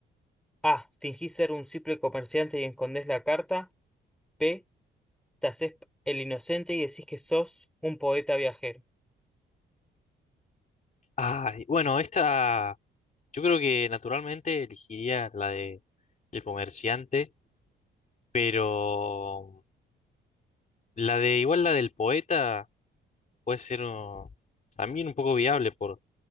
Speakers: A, in the centre; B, on the left.
A: A. Fingís ser un simple comerciante y escondés la carta. B. Te hacés el inocente y decís que sos un poeta viajero.
B: Ay, bueno, esta yo creo que naturalmente elegiría la de El comerciante, pero la de igual la del poeta puede ser uh, también un poco viable por,